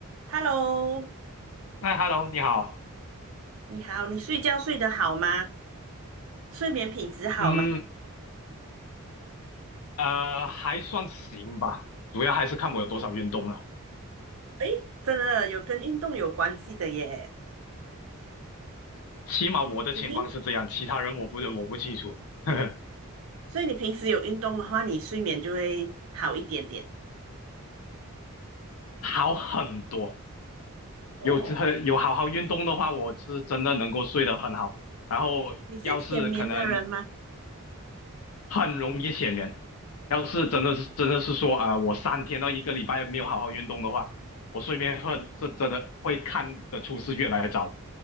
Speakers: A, on the right (about 65°); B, on the left (about 70°).
A: Hello，
B: 哎，Hello，你好。
A: 你好，你睡觉睡得好吗？睡眠品质好吗？
B: 嗯，呃，还算行吧，主要还是看我有多少运动了。
A: 诶，真的有跟运动有关系的耶。
B: 起码我的情况是这样，
A: 你平，
B: 其他人我不我不清楚。<laughs> 呵呵，
A: 所以你平时有运动的话，你睡眠就会好一点点。
B: 好很多，
A: 哦，
B: 有这有好好运动的话，我是真的能够睡得很好。然后要是可能
A: 你是浅眠的人吗？
B: 很容易浅眠，要是真的是真的是说啊、呃我三天到一个礼拜没有好好运动的话，我睡眠会是真的会看得出是越来越早。